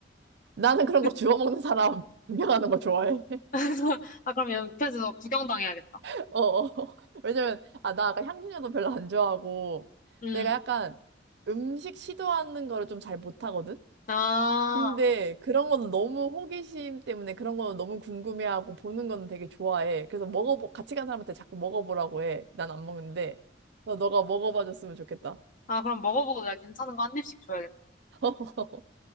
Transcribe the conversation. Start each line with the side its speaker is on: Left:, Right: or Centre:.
Right: 나는 그런
Left: 돼.
Right: 거 주워 먹는 사람 구경하는 거 좋아해.
Left: <laughs> 아, 그럼 옆에서 구경당해야겠다.
Right: <laughs> 어, 어. 왜냐면, 아, 나 아까 향신료도 별로 안 좋아하고
Left: 음.
Right: 내가 약간 음식 시도하는 거를 좀 잘 못하거든?
Left: 아,
Right: 근데 그런 거는 너무 호기심 때문에 그런 거는 너무 궁금해하고 보는 거는 되게 좋아해. 그래서 먹어보, 같이 간 사람한테 자꾸 먹어보라고 해. 난 안 먹는데. 너, 너가 먹어봐 줬으면 좋겠다.
Left: 아, 그럼 먹어보고 내가 괜찮은 거 한 입씩 줘야겠다.
Right: <laughs>